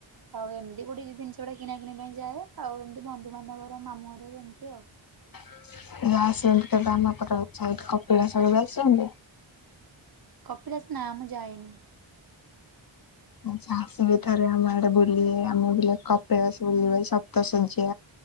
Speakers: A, on the right; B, on the left.
A: ଆଉ ଏମିତି ଗୋଟେ ଜିନିଷ ଗୁଡା କିଣା କିଣିିବା ପାଇଁ ଯାଏ ଆଉ ଏମିତି ବନ୍ଧୁବାନ୍ଧବର ମାମୁଁ ଘରେ ଏମିତି ଆଉ।
B: <unintelligible> କପିଳାସ <unintelligible>
A: କପିଲାସ ନାଁ ମୁଁ ଯାଇନି।
B: ଆଛା, ଅସୁବିଧା ରେ ଆମ ଆଡେ ବୁଲେ ଆମେ ବୁ କପିଲାସ ବୁଲିବ ସପ୍ତଶଯ୍ୟ।